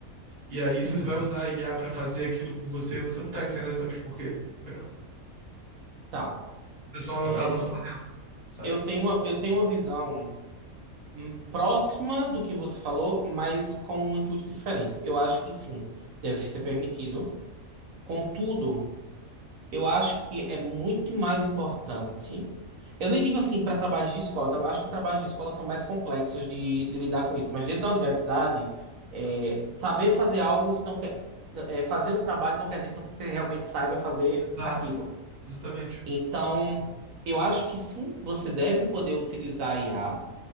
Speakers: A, on the right; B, on the right.
A: E aí se
B: Uhum.
A: você vai usar a IA para fazer aquilo por você, você não tá entendendo exatamente por quê, entendeu?
B: Tá.
A: Você só,
B: É,
A: ela tá só fazendo, sabe?
B: eu tenho uma, eu tenho uma visão. hum, próxima do que você falou, mas com um intuito diferente. Eu acho que sim, deve ser permitido. Contudo, eu acho que é muito mais importante. Eu nem digo assim para trabalhos de escola, tra- acho que trabalhos de escola são mais complexos de, de lidar com isso, mas dentro da universidade, é, saber fazer algo, isso não quer, é, fazer um trabalho não quer dizer que você realmente saiba fazer
A: Exato.
B: aquilo.
A: Exatamente.
B: Então, eu acho que sim, você deve poder utilizar a IA